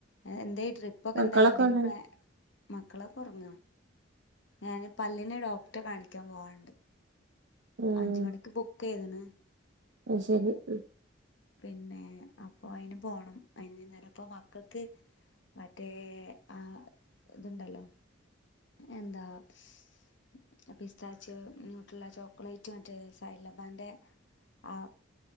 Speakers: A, on the left (about 70°); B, on the right (about 65°).
A: അ എന്തെ ട്രിപ്പൊക്കെ
B: മക്കളൊക്കെ
A: എന്തായി എന്തേലും
B: അവടെ
A: പ്ലാ മക്കളൊക്കെ ഒറങ്ങാ ഞാൻ പല്ലിന് ഡോക്ടറെ കാണിക്കാൻ പോവാണ്ട്.
B: ഉം
A: അഞ്ച് മണിക്ക് ബുക്കയ്ത്ണ്.
B: അത് ശരി ഉം
A: പിന്നെ അ പ്പൊ അയിന് പോണം അയിന് വൈന്നേരം ഇപ്പൊ മക്കക്ക് മറ്റേ ആ ഇതുണ്ടല്ലോ എന്താ സ് പിസ്താച്ച് ന്യൂട്രല്ല ചോക്ലേറ്റ് മറ്റേ സൈലബാന്റെ ആ